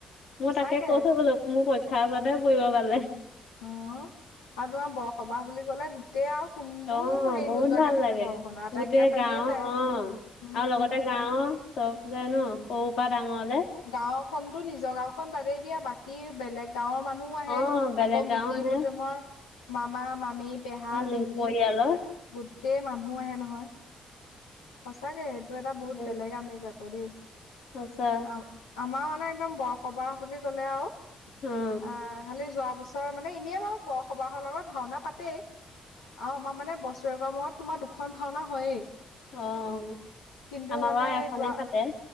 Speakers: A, on the left; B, on the left.
A: মই
B: সঁচাকে
A: তাকে কৈছো বোলো মোৰ পৰীক্ষা উচতে সে পৰিব পালে।
B: অ আৰু তোমাৰ বৰসবাহ বুলি কলে। তেয়া আৰু কোন
A: অ
B: বোৰনো হেৰি
A: বহুত
B: নোযোৱাকে
A: ভাল
B: থাকে
A: লাগে
B: ঘৰখনৰ আটাইকেইটা
A: গোটেই
B: প্ৰাণীয়ে
A: গাঁও
B: যায়।
A: অ
B: উম
A: আৰু লগতে গাঁওৰ চব যায় ন সৰুৰ পৰা ডাঙৰলে।
B: গাঁও খনতো নিজৰ গাওঁখন বাদেই দিয়া বাকী বেলেগ গাঁওৰ মানুহো আহে।
A: অ বেলেগ
B: আকৌ মিতিৰ
A: গাঁও আহে
B: কুটুমৰ মামা মামী পেহা
A: উম
B: পেহী
A: পৰিয়ালৰ
B: গোট- গোটেই মানুহ আহে নহয়। সঁচাকে সেইটো এটা
A: উম
B: বহুত বেলেগ আমেজ আক দেই
A: সঁচা
B: আ আমাৰ একদম বৰসবাহ বুলি ক'লে আৰু
A: উম
B: অ খালি যোৱা বছ চৰ মানে এনে বাৰু বৰসবাহৰ লগত ভাওনা পাতে অ আমাৰ মানে ব- বছেকৰ মূৰত তোমাৰ দুখন ভাওনা হয়েই
A: অ
B: কিন্তু
A: আমাৰ
B: মানে
A: বাৰু এখনেই
B: যোৱা
A: পাতে